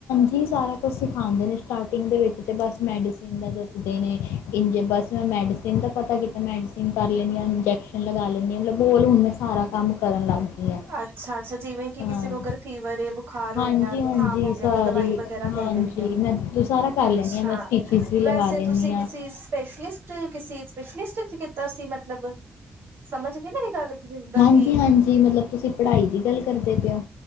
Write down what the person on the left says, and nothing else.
ਜ ਸਾਰਾ ਕੁਛ ਸਿਖਾਉਂਦੇ ਨੇ ਸਟਾਰਟਿੰਗ ਦੇ ਵਿੱਚ ਤਾਂ ਬਸ ਮੈਡੀਸਨ ਦਾ ਦੱਸਦੇ ਨੇ ਇੰਝੇ ਬਸ ਮੈਂ ਮੈਡੀਸਨ ਦਾ ਪਤਾ ਕੀਤਾ ਮੈਡੀਸਿਨ ਕਰ ਲੈਂਦੀ ਹਾਂ ਇੰਜੈਕਸ਼ਨ ਲਗਾ ਲੈਂਦੀ ਹਾਂ ਮਤਲਬ ਬੋਲ ਹੁਣ ਮੈਂ ਸਾਰਾ ਕੰਮ ਕਰਨ ਲੱਗ ਗਈ। ਹਾਂ
ਹਾਂ
ਹਾਂਜੀ
ਹਾਂਜੀ
ਸਾਰੀ
ਹਾਂਜੀ
ਮੈਂ ਦ ਸਾਰਾ ਕਰ
ਲੈਂਦੀ ਹਾਂ ਮੈਂ ਸਟਿਚਿਸ ਵੀ ਲਗਾ
ਲੈਂਦੀ
ਹਾਂ
ਹਾਂਜੀ
ਹਾਂਜੀ ਮਤਲਬ ਤੁਸੀਂ ਪੜ੍ਹਾਈ ਦੀ ਗੱਲ ਕਰਦੇ ਪਏ ਹੋ